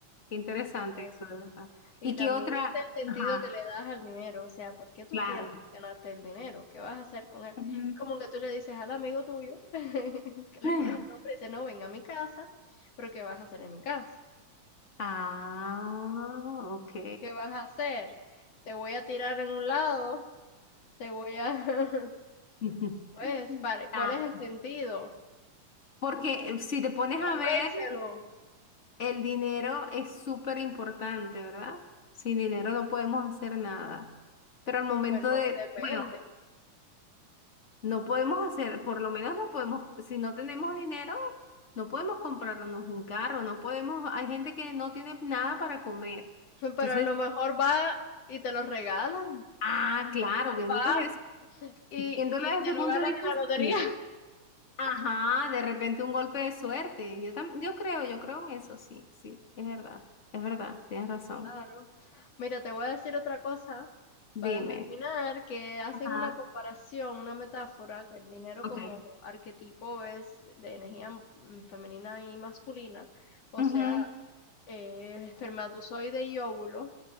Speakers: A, on the left (about 25°); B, on the left (about 55°).
A: qué interesante
B: Así es.
A: eso, de verdad.
B: Y
A: ¿Y
B: también
A: qué otra?
B: está el sentido
A: Ajá,
B: que le das al dinero, o sea, ¿por qué tú
A: claro.
B: quieres ganarte el dinero? ¿Qué vas a hacer con él?
A: Ujú.
B: Como que tú le dices al amigo tuyo, <laughs> que le
A: <sighs>
B: pones el nombre y dice, no, ven a mi casa, pero ¿qué vas a hacer en mi casa?
A: Ah, ok.
B: ¿Qué vas a hacer? ¿Te voy a tirar en un lado? ¿Te voy a... <laughs>
A: <laughs>
B: Pues, pare- ¿cuál
A: Claro.
B: es el sentido?
A: Porque eh, si te pones a ver,
B: Pénselo.
A: el dinero es súper importante, ¿verdad? Sin dinero no podemos hacer nada. Pero al momento
B: Bueno,
A: de,
B: depende.
A: bueno, no podemos hacer, por lo menos no podemos, si no tenemos dinero, no podemos comprarnos un carro, no podemos, hay gente que no tiene nada para comer.
B: <laughs>
A: Entonces,
B: Pero a lo mejor va y te lo regalan,
A: ah, claro, viéndolo
B: va
A: desde,
B: y,
A: viéndolo
B: y
A: desde
B: te
A: ese punto
B: lo ganas
A: de vista,
B: en la lotería.
A: sí. Ajá, de repente un golpe de suerte. Yo tam- yo creo, yo creo en eso, sí, sí, es verdad, es verdad, tienes razón.
B: Claro. Mira, te voy a decir otra cosa
A: Dime.
B: para terminar, que hacen
A: Ajá,
B: una comparación, una metáfora, que el dinero
A: ok.
B: como arquetipo es de energía mm, femenina y masculina, o
A: Ujú.
B: sea, eh, el espermatozoide y óvulo,